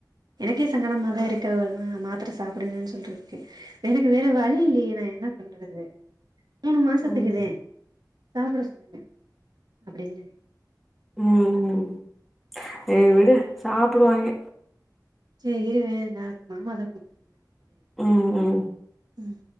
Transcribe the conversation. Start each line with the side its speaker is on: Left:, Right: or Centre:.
Right: எனக்கே சங்கடமா தா இருக்கு அவர் மா மாத்திர சாப்டுங்கன்னு சொல்றதுக்கு எனக்கு வேற வழி இல்லையே நா என்னா பண்றது மூணு மாசத்துக்குதே
Centre: ம்
Right: சாப்புட சொல்லுங்க அப்டின்னு
Centre: ம் ம் நீ விடு சாப்புடுவாய்ங்க
Right: செரி இருவே நா மாமாதா கூப்டு <inaudible>
Centre: ம் ம்
Right: ம்